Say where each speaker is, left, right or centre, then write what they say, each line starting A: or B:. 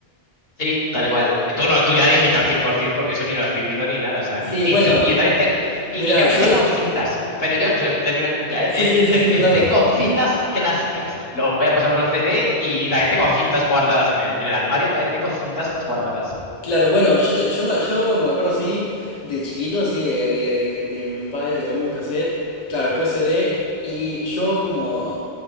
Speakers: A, on the left (about 65°); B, on the left (about 40°).
A: Sí, tal cual. Tú no, tú ya digital 100% porque eso ni lo has vivido ni nada. O sea,
B: Sí,
A: ni, y,
B: bueno,
A: ci- y yo también tengo. Y,
B: mira,
A: y yo empecé
B: yo...
A: con cintas, pero yo, o sea, termino ya, ¿eh?
B: Sí,
A: Eh,
B: sí,
A: eh,
B: sí,
A: ter-
B: sí, contame,
A: empecé
B: contame.
A: con cintas clásicas. Luego ya pasamos al CD y, y también tengo cintas guardadas en el, en el armario, también tengo cintas guardadas.
B: Claro, bueno, yo, te- yo, me- yo me acuerdo así, de chiquito, así, de, de, de- de mis padres, de algunos cassettes, claro, después CD, y yo como,